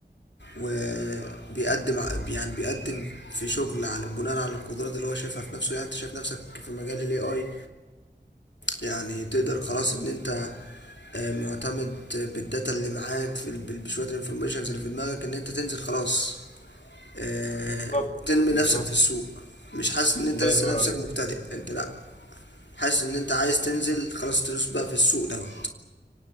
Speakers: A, on the left; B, on the left.
A: وبيقدم ع- يعني بيقدم في شغل على بناء على القدرات اللي هو شايفها في نفسه يعني انت شايف نفسك في مجال الاي اي يعني تقدر خلاص ان انت آه، معتمد بالداتا اللي معاك في ال- بشويه الانفورميشنز اللي في دماغك ان انت تنزل خلاص آه،
B: بالظبط
A: تنمي
B: بالظبط
A: نفسك في السوق مش حاسس ان انت
B: الله
A: لسه
B: ينور
A: نفسك
B: عليك
A: مبتدئ انت لا حاسس ان انت عايز تنزل خلاص تدوس بقى في السوق دوت